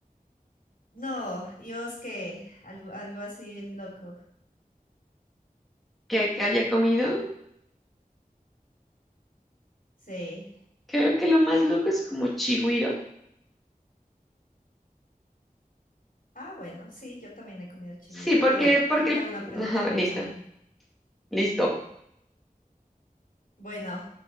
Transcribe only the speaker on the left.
No, y vos qué, algo, algo así bien loco.
Sí.
Ah, bueno, sí, yo también he comido chigüiro.
A ver,
yo te
hago una pregunta
loca.
Bueno,